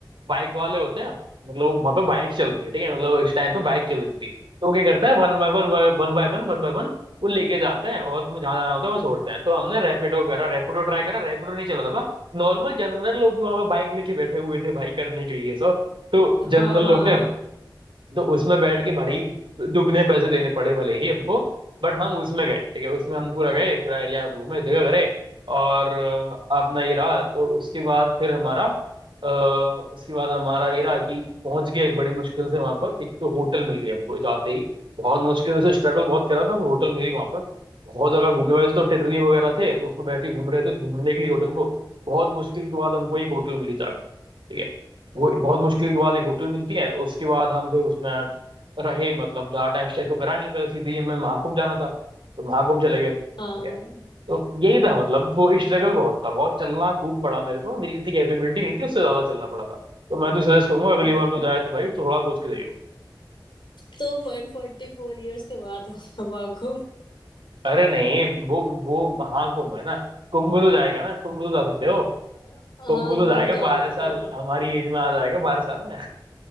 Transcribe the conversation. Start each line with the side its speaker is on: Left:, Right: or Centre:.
Right: बाइक वाले होते हैं मतलब वहां पे बाइक चलती है ठीक है मतलब इस टाइम पे बाइक चल रही थी तो वो क्या करता है one by one one by one one by one वो लेके जाते हैं और तुम्हें जहाँ जाना होता है वो छोड़ते हैं तो हमने रैपिडो करा रैपिडो ट्राई करा रैपिडो नहीं चल रहा था नॉर्मल जनरल लोग भी वहां पे बाइक लेके बैठे हुए थे भाई करने के लिए सब तो
Left: हाँ
Right: जनरल लोग
Left: हाँ
Right: थे तो उसमें बैठ के बड़े ही दुगने पैसे देने पड़े भले ही हमको बट हम उसमें गए ठीक है उसमें हम पूरा गए पूरा एरिया घूमे जगह करे और अ, अपना ये रहा तो उसके बाद फिर हमारा अ, उसके बाद हमारा ये रहा कि पहुंच गए बड़ी मुश्किल से वहां पर एक तो होटल मिल गई हमको जाते ही बहुत मुश्किल से स्ट्रगल बहुत करा था पर होटल मिल गई वहां पर बहुत जगह घूमे वैसे तो टेटरी वगैरह थे तो उसमें बैठ के घूम रहे थे ढूंढने के लिए होटल को बहुत मुश्किल के बाद हमको एक होटल मिली जाकर ठीक है, वो बहुत मुश्किल के बाद एक होटल मिलती है उसके बाद हम फिर उसमें रहे मतलब ज्यादा टाइम स्टे तो करा नहीं पर सीधे ही हमें महाकुंभ जाना था तो महाकुंभ चले गए ठीक
Left: हाँ
Right: है तो यही था मतलब वो स्ट्रगल बहुत था बहुत चलना खूब पड़ा मेरे को मेरी इतनी कैपेबिलिटी नहीं थी उससे ज्यादा चलना पड़ा था तो मैं तो सजेस्ट करूंगा अगली
Left: अब
Right: बार तो जाए तो भाई थोड़ा सोच के जाइयो
Left: तो वन फोर्टी फोर ईयर्स के बाद होगा वाकुम
Right: अरे नहीं वो वो महाकुंभ है ना कुंभ तो जाएगा ना कुंभ तो जा सकते हो
Left: हाँ
Right: कुंभ तो
Left: गुम
Right: जाएगा
Left: जा
Right: बारह
Left: सकते
Right: साल
Left: हैं
Right: हमारी एज में आ जाएगा बारह साल में